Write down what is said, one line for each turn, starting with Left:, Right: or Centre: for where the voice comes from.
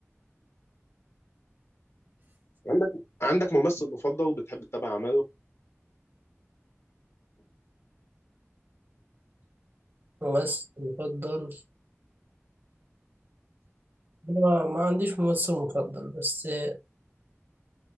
Left: عندك عندك ممثل مفضل بتحب تتابع اعماله
Right: ممثل مفضل أنا ما عنديش ممثل مفضل بس آه،